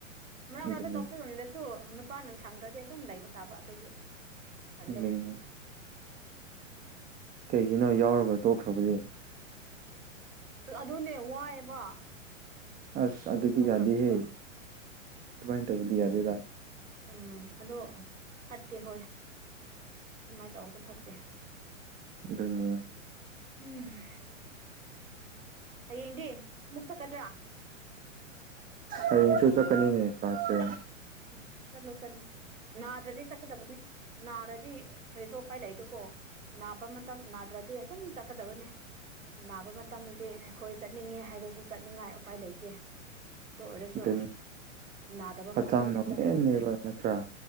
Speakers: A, on the right; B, on the right.
A: ꯃꯔꯛ
B: ꯑꯗꯨꯅꯤ
A: ꯃꯔꯛꯇ ꯆꯥꯎꯊꯣꯛꯍꯣꯛꯅꯤꯡꯂꯁꯨ ꯅꯨꯄꯥꯅ ꯁꯪꯗ꯭ꯔꯗꯤ ꯑꯗꯨꯝ ꯂꯩꯕ ꯇꯥꯕ ꯑꯗꯨꯒꯤ ꯄꯜꯂꯦ
B: ꯑꯗꯨꯅꯤ ꯀꯩꯒꯤꯅꯣ ꯌꯥꯎꯔꯒ ꯇꯣꯛꯈ꯭ꯔꯕꯗꯤ
A: ꯑꯗꯨꯅꯦ ꯋꯥꯏꯑꯦꯕ
B: ꯑꯁ
A: ꯑꯗꯨꯒꯤ
B: ꯑꯗꯨ ꯑꯗꯨꯗꯤ
A: ꯇꯣꯛꯈ꯭ꯔꯕꯅꯦꯕ
B: ꯌꯥꯗ ꯍꯦ ꯇꯨꯃꯥꯏꯅ ꯇꯧꯧꯕꯂꯤꯌꯥ ꯌꯥꯗꯦꯗꯥ
A: ꯎꯝ ꯑꯗꯣ ꯐꯠꯇꯦ ꯍꯣꯏ ꯑꯗꯨꯃꯥꯏꯅ ꯇꯧꯕꯗꯣ ꯐꯠꯇꯦ
B: ꯑꯗꯨꯅꯤ
A: ꯎꯝ ꯍꯌꯦꯡꯗꯤ ꯑꯃꯨꯛ ꯆꯠꯀꯗ꯭ꯔꯥ
B: ꯑ ꯑꯩꯌꯦꯡꯁꯨ ꯆꯀꯅꯤꯅꯦ ꯄꯥꯁꯦ
A: ꯎꯝ ꯆꯂꯣ ꯆꯂꯣ ꯅꯥꯗ꯭ꯔꯗꯤ ꯆꯠꯀꯗꯕꯅꯤ ꯅꯥꯔꯗꯤ ꯀꯔꯤꯁꯨ ꯑꯄꯥꯏ ꯂꯩꯗꯀꯣ ꯅꯥꯕ ꯃꯇꯝ ꯅꯥꯗ꯭ꯔꯗꯤ ꯑꯗꯨꯝ ꯆꯠꯀꯗꯕꯅꯦ ꯅꯥꯕ ꯃꯇꯝꯗꯗꯤ ꯑꯩꯈꯣꯏ ꯆꯠꯅꯤꯡꯉꯦ ꯍꯥꯏꯔꯁꯨ ꯆꯠꯅꯤꯡꯉꯥꯏ ꯎꯄꯥꯏ ꯂꯩꯇꯦ ꯑꯗꯨ ꯑꯣꯏꯔꯁꯨ
B: ꯑꯗꯨꯅꯤ
A: ꯅꯥꯗꯕ
B: ꯍꯛꯆꯥꯡ
A: ꯃꯇꯝꯗꯗꯤ
B: ꯉꯝꯃꯦꯟꯅꯦꯕ
A: ꯆꯠꯀꯗꯕꯅꯤ
B: ꯅꯠꯇ꯭ꯔꯥ